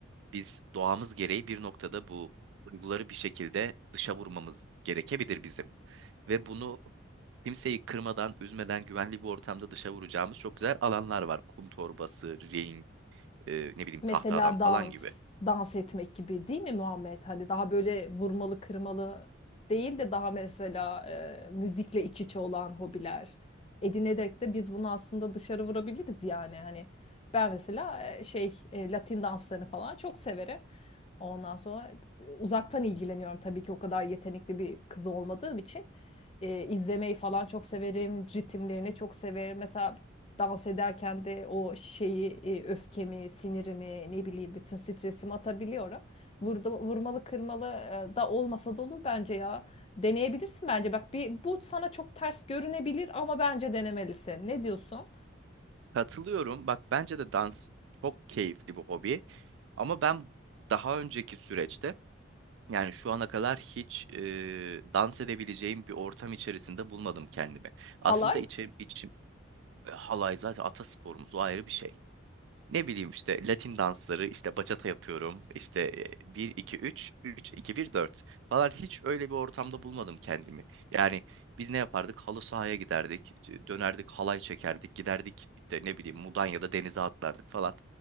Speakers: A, on the right (about 65°); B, on the left (about 30°).
A: biz doğamız gereği bir noktada bu duyguları bir şekilde dışa vurmamız gerekebilir bizim. Ve bunu kimseyi kırmadan, üzmeden güvenli bir ortamda dışa vuracağımız çok güzel alanlar var. Kum torbası, ring, e, ne bileyim
B: Mesela
A: tahta adam falan
B: dans,
A: gibi.
B: dans etmek gibi değil mi Muhammed? Hani daha böyle vurmalı kırmalı değil de daha mesela e, müzikle iç içe olan hobiler edinerek de biz bunu aslında dışarı vurabiliriz yani. Hani ben mesela e, şey e, Latin danslarını falan çok severim. Ondan sonra uzaktan ilgileniyorum tabii ki o kadar yetenekli bir kız olmadığım için. E, izlemeyi falan çok severim, ritimlerini çok severim. Mesela dans ederken de o şeyi e, öfkemi, sinirimi, ne bileyim bütün stresimi atabiliyorum. Vurdu, vurmalı kırmalı e, da olmasa da olur bence ya. Deneyebilirsin bence. Bak bir bu sana çok ters görünebilir ama bence denemelisin. Ne diyorsun?
A: Katılıyorum. Bak bence de dans çok keyifli bir hobi. Ama ben daha önceki süreçte Yani şu ana kadar hiç e, dans edebileceğim bir ortam içerisinde bulmadım kendimi. Aslında
B: Halay?
A: içim, içim e, halay zaten atasporumuz o ayrı bir şey. Ne bileyim işte Latin dansları işte bachata yapıyorum işte bir iki üç üç iki bir dört falan hiç öyle bir ortamda bulmadım kendimi. Yani biz ne yapardık? Halı sahaya giderdik, e, dönerdik halay çekerdik, giderdik işte ne bileyim Mudanya'da denize atlardık falan.